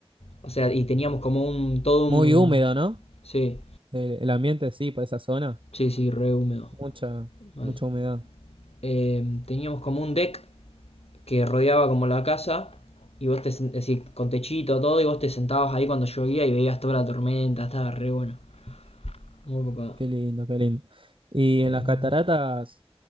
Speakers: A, on the left; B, on the right.
A: o sea, y teníamos como un, todo
B: Muy
A: un...
B: húmedo, ¿no?
A: Sí,
B: El, el ambiente, sí, por esa zona.
A: sí, sí, re húmedo.
B: Mucha,
A: Mal.
B: mucha humedad.
A: Eh, teníamos como un deck que rodeaba como la casa, y vos te, sen- es decir, con techito, todo, y vos te sentabas ahí cuando llovía y veías toda la tormenta, estaba re bueno. Muy copado.
B: Qué lindo, qué lindo. Y
A: Em,
B: en las cataratas,